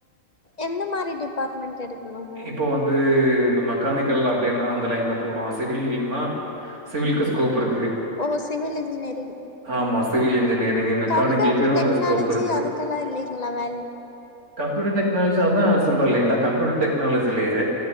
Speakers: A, on the left; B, on the right.
A: எந்த மாரி டிபார்ட்மெண்ட் எடுக்கணுங்க
B: இப்போ வந்து மெக்கானிக்கல் அப்டின்னா அந்த லைன்ல போலாம் சிவில்னா சிவில்க்கு ஸ்கோப் இருக்கு
A: ஓ சிவில் இன்ஜினியரிங்
B: ஆமா சிவில் இன்ஜினியரிங் மெக்கானிக்கலுக்கும்
A: கம்ப்யூட்டர் டெக்னாலஜி
B: ஸ்கோப் இருக்கு
A: அதுக்கெல்லா இல்லைங்களா வேல்யூ
B: கம்யூட்டர் டெக்னாலஜி அதான் சொல்றே இல்லீங்களா கம்யூட்டர் டெக்னாலஜிலயே